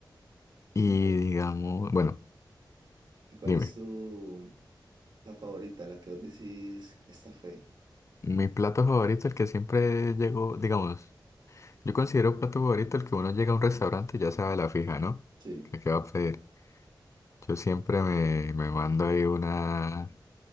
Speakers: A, on the left; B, on the right.
A: Y
B: ¿Y, cu-
A: digamos, bueno,
B: y cuál
A: dime,
B: es tu la favorita? La que vos decís, esta fue.
A: mi plato favorito, el que siempre llego, digamos, yo considero plato favorito el que uno llega a un restaurante y ya sabe la fija, ¿no?
B: Sí,
A: ¿Qué, qué va a pedir? Yo siempre me, me mando ahí una,